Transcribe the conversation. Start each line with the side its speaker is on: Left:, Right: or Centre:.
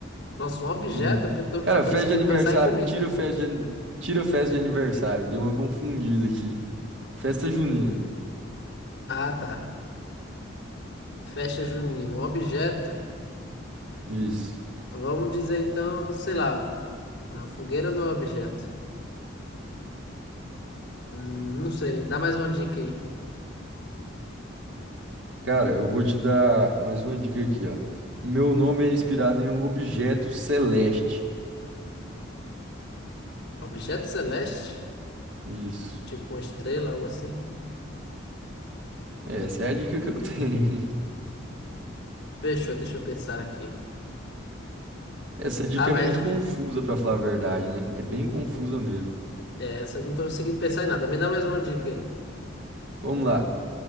Left: Nossa, um objeto,
Right: Uhum.
Left: eu tô-
Right: Cara,
Left: só tô
Right: festa
Left: conseguindo
Right: de aniversário.
Left: pensar em comida.
Right: Tira festa de, ani- tira festa de aniversário. Deu uma confundida aqui. Festa junina.
Left: Ah, tá. Festa junina, um objeto.
Right: Isso.
Left: Vamos dizer então, sei lá. Não, fogueira não é objeto. Hum, não sei, dá mais uma dica aí.
Right: Cara, eu vou te dar mais uma dica aqui, ó. Meu nome é inspirado em um objeto celeste.
Left: Objeto celeste?
Right: Isso.
Left: Tipo uma estrela, algo assim?
Right: Essa é a dica que eu tenho. <laughs>
Left: Fechou, deixa eu pensar aqui.
Right: Essa dica
Left: Ah, velho,
Right: é muito confusa, pra falar a verdade, né? É bem confusa mesmo.
Left: É, essa eu não tô conseguindo pensar em nada. Me dá mais uma dica aí.
Right: Vamos lá.